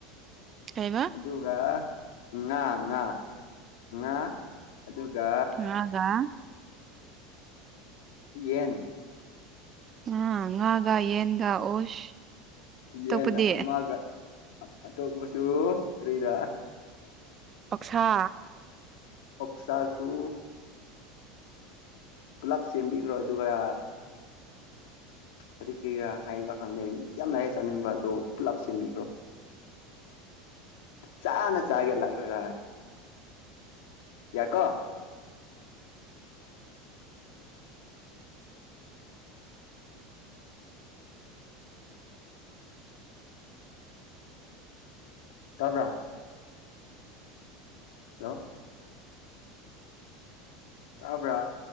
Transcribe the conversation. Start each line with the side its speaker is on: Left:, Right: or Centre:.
Right: ꯀꯥꯏꯕ
Left: ꯑꯗꯨꯒ ꯉꯥ ꯉꯥ ꯉꯥ ꯑꯗꯨꯒ
Right: ꯍꯥꯏꯒ
Left: ꯌꯦꯟ
Right: ꯑ ꯉꯒ ꯌꯦꯟꯒ ꯑꯣꯁ
Left: ꯌꯦꯟꯅ
Right: ꯑꯇꯣꯞꯄꯗꯤ
Left: ꯑꯒ ꯑꯇꯣꯞꯄꯁꯨ ꯀꯔꯤꯗ
Right: ꯑꯣꯛꯁꯥ
Left: ꯑꯣꯛꯁꯁꯨ ꯄꯨꯂꯞ ꯁꯦꯝꯕꯤꯈ꯭ꯔꯣ ꯑꯗꯨꯒ ꯀꯔꯤ ꯀꯔꯤꯔꯥ ꯍꯥꯏꯕ ꯈꯪꯗꯦ ꯌꯥꯝ ꯂꯥꯏꯔꯦ ꯆꯥꯅꯤꯡꯕ ꯑꯗꯣ ꯄꯨꯂꯞ ꯁꯦꯝꯦꯟꯕꯤꯈ꯭ꯔꯣ ꯆꯥꯅꯦ ꯆꯥꯒꯦ ꯂꯥꯛꯒ꯭ꯔꯒ ꯌꯥꯀꯣ ꯇꯥꯕ꯭ꯔ ꯍꯜꯂꯣ ꯇꯕ꯭ꯔꯥ